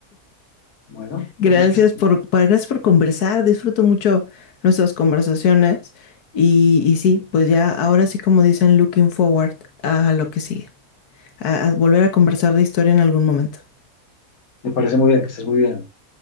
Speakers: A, on the left (about 70°); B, on the left (about 85°).
A: Bueno, entonces
B: Gracias
A: que estés-
B: por, pa- gracias por conversar. Disfruto mucho nuestras conversaciones. Y, y sí, pues ya ahora sí, como dicen, looking forward a lo que sigue, a a volver a conversar de historia en algún momento.
A: me parece muy bien, que estés muy bien.